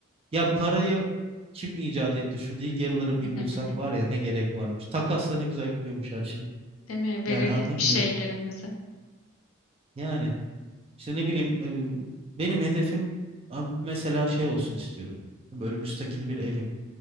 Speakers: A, on the right (about 30°); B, on the left (about 80°).
A: Ya parayı kim icat etti? Şu Lidyalıları bir
B: <laughs>
A: bulsak var ya ne gerek varmış. Takasla ne güzel gidiyormuş her şey.
B: Değil mi? Verirdik
A: Yani anlamıyorum.
B: bir şeylerimizi.
A: Yani işte ne bileyim e, benim hedefim a- mesela şey olsun istiyorum. Böyle müstakil bir evim.